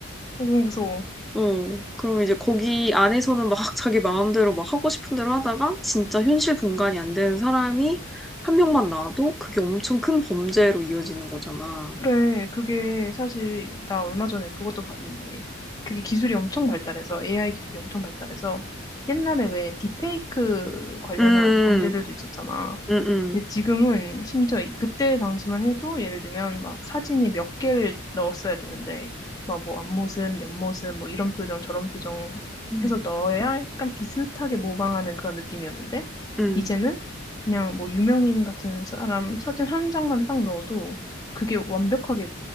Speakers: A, on the left; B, in the centre.
A: 너무 무서워.
B: 어, 그럼 이제 거기 안에서는 막 자기 마음대로 막 하고 싶은 대로 하다가 진짜 현실 분간이 안 되는 사람이 한 명만 나와도 그게 엄청 큰 범죄로 이어지는 거잖아.
A: 그래, 그게 사실 나 얼마 전에 그것도 봤는데 그게 기술이 엄청 발달해서 AI 기술이 엄청 발달해서 옛날에 왜 딥페이크 관련한
B: 음,
A: 범죄들도 있었잖아.
B: 음, 음,
A: 근데 지금은 심지어 이- 그때 당시만 해도 예를 들면 막 사진이 몇 개를 넣었어야 되는데 막 뭐 앞모습, 옆모습 뭐 이런 표정 저런 표정
B: 음,
A: 해서 넣어야 약간 비슷하게 모방하는 그런 느낌이었는데
B: 음,
A: 이제는 그냥 뭐 유명인 같은 사람 사진 한 장만 딱 넣어도 그게 완벽하게